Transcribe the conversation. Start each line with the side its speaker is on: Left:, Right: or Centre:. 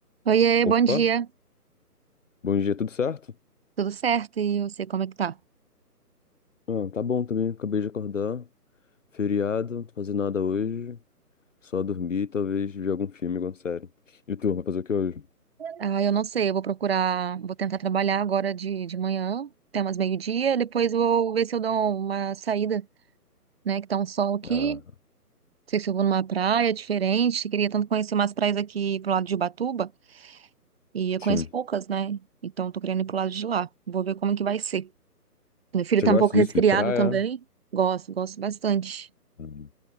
Right: Oiê,
Left: Opa,
Right: bom dia.
Left: bom dia, tudo certo?
Right: Tudo certo? E você, como é que tá?
Left: Ah, tá bom também, acabei de acordar. Feriado, não tô fazendo nada hoje. Só dormir e talvez ver algum filme, alguma série. E tu, vai fazer o que hoje?
Right: Ah, eu não sei, eu vou procurar, vou tentar trabalhar agora de, de manhã, até umas meio-dia, depois eu vou ver se eu dou uma saída, né, que tá um sol aqui.
Left: Ah,
Right: Não sei se eu vou numa praia diferente, queria tanto conhecer umas praias aqui pro lado de Ubatuba, e eu
Left: sim.
Right: conheço poucas, né? Então tô querendo ir pro lado de lá. Vou ver como que vai ser. Meu filho
Left: Você
Right: tá
Left: gosta
Right: um pouco resfriado
Left: disso, de praia?
Right: também. Gosto, gosto bastante.
Left: Hum.